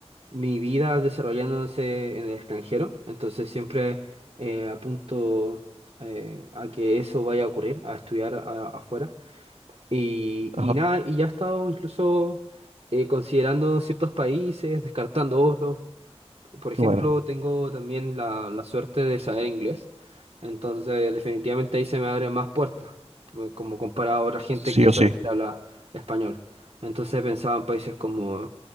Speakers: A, on the right; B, on the right.
A: mi vida desarrollándose en el extranjero, entonces siempre eh, apunto eh, a que eso vaya a ocurrir, a estudiar a- afuera. Y,
B: Ajá,
A: y nada, y ya he estado incluso eh, considerando ciertos países, descartando otros. Por ejemplo,
B: qué bueno.
A: tengo también la, la suerte de saber inglés, entonces definitivamente ahí se me abren más puertas, eh, como comparado a otra gente
B: Sí
A: que
B: o
A: solamente
B: sí.
A: habla español. Entonces pensaba en países como,